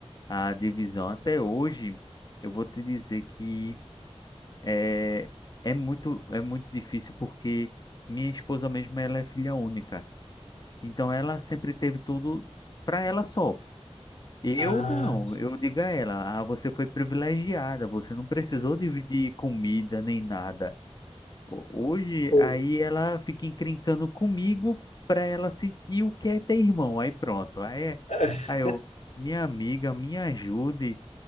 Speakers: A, on the left; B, on the left.
A: a divisão. Até hoje, eu vou te dizer que é, é muito, é muito difícil porque minha esposa mesmo, ela é filha única. Então, ela sempre teve tudo para ela só. Eu
B: Ah,
A: não, eu digo a ela, ah, você foi privilegiada, você não precisou dividir comida nem nada ho- Hoje,
B: pô,
A: aí ela fica encrencando comigo pra ela sentir o que é ter irmão. Aí pronto. Aí,
B: <laughs>
A: aí eu, minha amiga, me ajude.